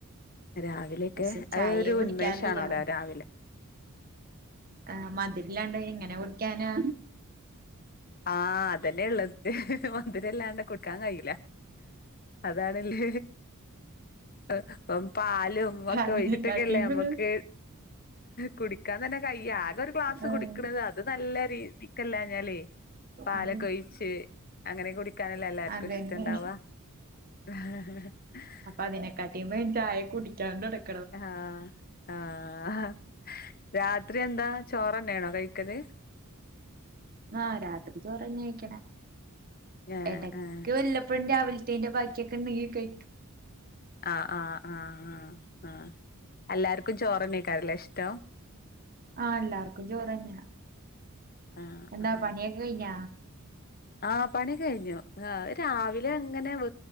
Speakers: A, on the left; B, on the right.
A: രാവിലൊക്കെ
B: പക്ഷെ ചായയെ
A: അത് ഒരു
B: കുടിക്കാറില്ല
A: ഉന്മേഷാണോലൊ, രാവിലെ.
B: ആഹ് മധുരില്ലാണ്ട് എങ്ങനെ കുടിക്കാനാ.
A: ആഹ് അതന്നെള്ളത് മധുരല്ലാണ്ട് കുടിക്കാൻ കയില്ല അതാണ്ല്ലേ പ്പൊ പാലും ഒക്കെ
B: അതിനെക്കാട്ടിയും
A: ഒഴിച്ചിട്ടൊക്കെല്ലേ നമ്മക്ക്
B: ഇത്
A: കുടിക്കാൻ തന്നെ കഴിയാ ആകെ ഒരു ഗ്ലാസ്
B: ആഹ്
A: കുടിക്കണത്, അത് നല്ല രീതിക്കല്ലാഞ്ഞാലേ. പാലൊക്കെ
B: അത്
A: ഒഴിച്ച് അങ്ങനെ കുടിക്കാനല്ലേ എല്ലാവർക്കും
B: അതന്നെ
A: ഇഷ്ടംണ്ടാവുക <inaudible>
B: അതിനെകാട്ടി വേം ചായ കുടിക്കാൻ തൊടങ്ങും.
A: ആഹ് ആഹ്. രാത്രി എന്താ ചോറന്നെയാണോ കഴിക്കല്.
B: ആഹ് രാത്രി ചോറന്ന്യാ കഴിക്ക്ണെ
A: ഏഹ്
B: എടക്ക്
A: ഏഹ്
B: വല്ലപ്പോഴും രാവിലെ തേന്റെ ബാക്കിയൊക്കെണ്ടെങ്കി കഴിക്കും.
A: ആഹ് ആഹ് ആഹ് ആഹ് ആഹ് എല്ലാർക്കും ചോറന്നെ കഴിക്കാനാണ് <unintelligible> ഇഷ്ടോ
B: ആഹ് എല്ലാർക്കും ചോറ് തന്നെയാ
A: ആഹ്
B: എന്താ
A: ആഹ്
B: പണിയൊക്ക കഴിഞ്ഞാ
A: ആഹ് പണിയൊക്കെ കഴിഞ്ഞു. ആഹ് രാവിലെ അങ്ങനെ